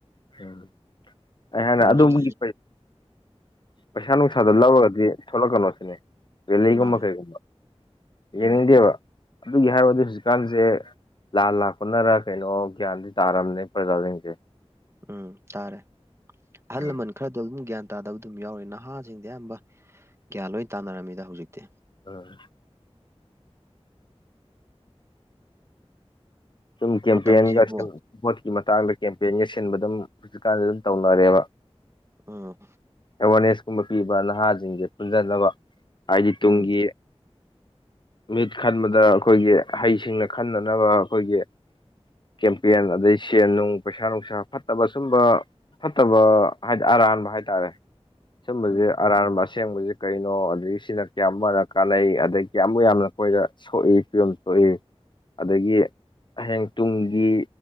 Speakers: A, on the left; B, on the right.
A: ꯎꯝ ꯑꯩ ꯍꯥꯟꯅ
B: ꯀꯩꯅꯣꯁꯤꯡ
A: ꯑꯗꯣꯝꯒꯤ ꯄꯩꯁꯥ ꯅꯨꯡꯁꯥꯗ ꯂꯧꯔꯒꯗꯤ ꯊꯣꯛꯂꯛꯀꯅꯣ ꯁꯤꯅꯦ ꯕꯦꯂꯤꯒꯨꯝꯕ
B: ꯃꯥꯅꯦ
A: ꯀꯩꯒꯨꯝꯕ ꯌꯦꯡꯅꯤꯡꯗꯦꯕ
B: ꯎꯝ
A: ꯑꯗꯨꯒꯤ ꯍꯥꯏꯔꯗꯤ ꯍꯧꯖꯤꯛꯀꯥꯟꯁꯦ ꯂꯥꯟ ꯂꯥꯛꯄꯅꯔ ꯀꯩꯅꯣ ꯒ꯭ꯌꯥꯟꯗꯤ ꯇꯥꯔꯝꯅꯦ ꯄ꯭ꯔꯖꯥꯁꯤꯡꯁꯦ
B: ꯎꯝ ꯇꯥꯔꯦ ꯑꯍꯜ
A: ꯎꯝ
B: ꯂꯃꯟ ꯈꯔꯗ ꯑꯗꯨꯝ ꯒ꯭ꯌꯥꯟ ꯇꯥꯗꯕ ꯑꯗꯨꯝ ꯌꯥꯎꯔꯤ ꯅꯍꯥꯁꯤꯡꯗꯤ ꯑꯌꯥꯝꯕ ꯒ꯭ꯌꯥꯟ ꯂꯣꯏ ꯇꯥꯅꯔꯝꯃꯤꯗ ꯍꯧꯖꯤꯛꯇꯤ
A: ꯑꯥ ꯁꯨꯝ ꯀꯦꯝꯄꯦꯟꯒ
B: ꯃꯇꯝꯁꯤꯕꯨ
A: ꯁꯤꯟ ꯚꯣꯠꯀꯤ ꯃꯇꯥꯡꯗ ꯀꯦꯝꯄꯦꯟꯒ ꯁꯤꯟꯕ ꯑꯗꯨꯝ ꯍꯧꯖꯤꯛꯀꯥꯟꯗꯗꯤ ꯑꯗꯨꯝ ꯇꯧꯅꯔꯦꯕ
B: ꯎꯝ
A: ꯑꯦꯋꯥꯔꯅꯦꯁꯀꯨꯝꯕ ꯄꯤꯕ ꯅꯍꯥꯁꯤꯡꯁꯦ ꯄꯨꯟꯁꯤꯟꯅꯕ ꯍꯥꯏꯗꯤ ꯇꯨꯡꯒꯤ
B: ꯎꯝ
A: ꯃꯤꯠ ꯈꯟꯕꯗ ꯑꯩꯈꯣꯏꯒꯤ ꯍꯩꯁꯤꯡꯅ ꯈꯟꯅꯅꯕ ꯑꯩꯈꯣꯏꯒꯤ ꯀꯦꯝꯄꯦꯟ ꯑꯗꯩ ꯁꯦꯟ ꯅꯨꯡ ꯄꯩꯁꯥ ꯅꯨꯡꯁꯥ ꯐꯠꯇꯕ ꯁꯨꯝꯕ ꯐꯠꯇꯕ ꯍꯥꯏꯗꯤ ꯑꯔꯥꯟꯕ ꯍꯥꯏꯇꯥꯔꯦ ꯁꯨꯝꯕꯁ‌ꯦ
B: ꯎꯝ
A: ꯑꯔꯥꯟꯕ ꯑꯁꯦꯡꯕꯁꯤ ꯀꯩꯅꯣ ꯑꯗꯒꯤ ꯁꯤꯅ ꯀꯌꯥꯝꯃꯨꯔꯛ ꯀꯥꯟꯅꯩ ꯑꯗꯒꯤ ꯀꯌꯥꯃꯨꯛ ꯌꯥꯝꯅ ꯑꯩꯈ‌ꯣꯏꯗ ꯁꯣꯛꯏ ꯐꯤꯕꯝ ꯁꯣꯛꯏ ꯑꯗꯒꯤ ꯍꯌꯦꯡ ꯇꯨꯡꯒꯤ